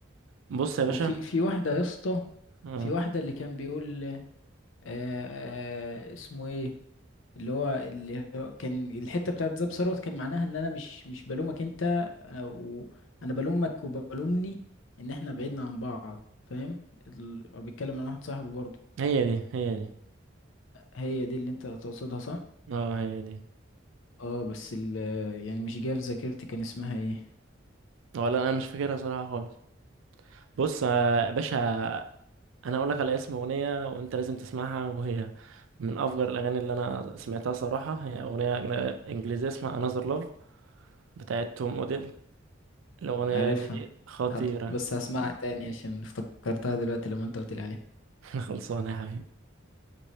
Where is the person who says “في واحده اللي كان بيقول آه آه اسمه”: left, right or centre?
Left